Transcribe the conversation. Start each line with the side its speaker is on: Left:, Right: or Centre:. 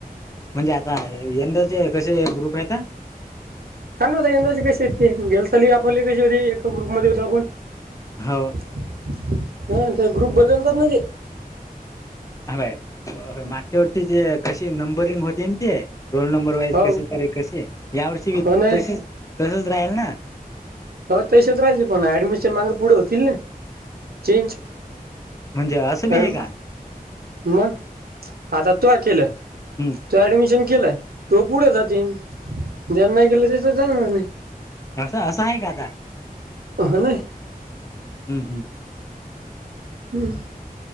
Left: म्हणजे आता यंदाचे कसे ग्रुप आहे का?
Right: का नवता यंदाजी कशी येत गेल ली आपण कशी होती एका ग्रुप मध्ये होतो आपण
Left: हो
Right: हा.. ते ग्रुप बदलतात ना तेे
Left: हय मागच्या वर्षीचे जे कशी नंबरिंग होती ना ते रोल नंबर वाईज
Right: हो
Left: कशी तर कशी या वर्षी बी
Right: हो नाही
Left: तशीच तसच राहील ना?
Right: हो तशत राहायचे पण ऍडमिशन माग पुढे होतील ना.. चेंज
Left: म्हणजे असं बी
Right: हॅलो!..
Left: आहे का
Right: मग, आता तू केलं?
Left: हम्
Right: तो ऍडमिशन केलं, तो पुढे जातील ज्यांनी नाही केलं त्याच जाणार नाही.
Left: असं असं आहे का आता?
Right: हो.. नाही
Left: हम् हम्
Right: हम्